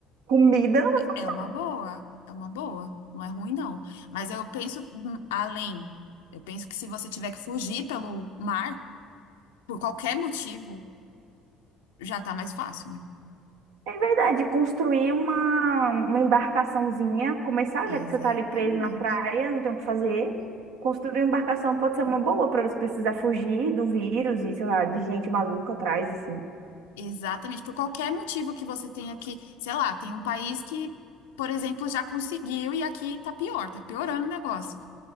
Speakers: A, on the right; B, on the left.
A: Comida não vai faltar.
B: É uma boa, é uma boa. Não é ruim, não. Mas eu penso hum, além. Eu penso que se você tiver que fugir pelo mar, por qualquer motivo, já tá mais fácil, né?
A: É verdade, construir uma, uma embarcaçãozinha, começar, já
B: Exatamente.
A: que você tá ali preso na praia, não tem o que fazer. Construir uma embarcação pode ser uma boa pra você precisar fugir do vírus e, sei lá, de gente maluca atrás, assim.
B: Exatamente, por qualquer motivo que você tenha que, sei lá, tem um país que, por exemplo, já conseguiu e aqui tá pior, tá piorando o negócio.